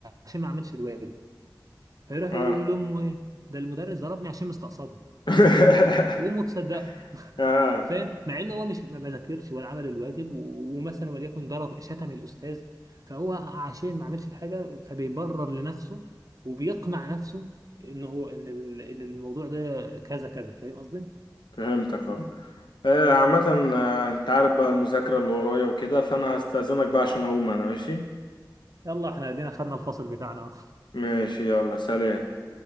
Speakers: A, on the right; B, on the left.
A: عشان ما عملش الواجب فيروح
B: اه
A: يقول لامه ايه ده المدرس ضربني عشان مستقصده
B: <laughs>
A: وامه تصدقه <laughs>
B: اه
A: فاهم مع انه هو مش ما ما ذاكرش ولا عمل الواجب و- ومثلا وليكن ضرب شتم الاستاذ فهو عشان ما عملش الحاجه فبيبرر لنفسه وبيقنع نفسه ان هو ان ال- ان الموضوع ده كذا كذا فاهم قصدي
B: فهمتك اه آه، عامة آه، انت عارف بقى المذاكرة اللي ورايا وكده فانا هستأذنك بقى عشان اقوم انا ماشي
A: يلا احنا ادينا خدنا الفصل بتاعنا <laughs>
B: ماشي يلا سلام